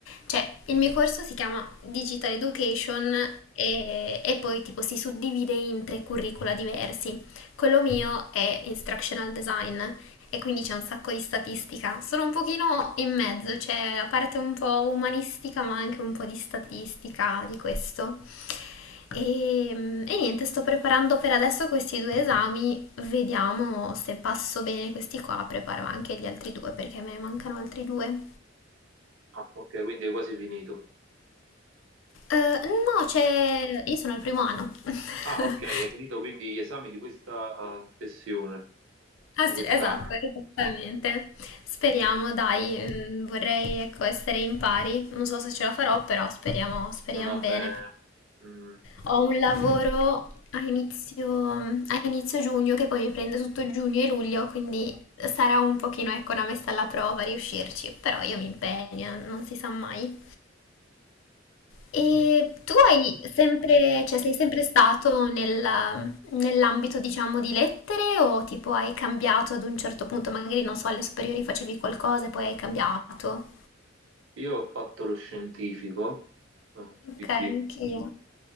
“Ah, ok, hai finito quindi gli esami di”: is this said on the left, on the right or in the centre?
Right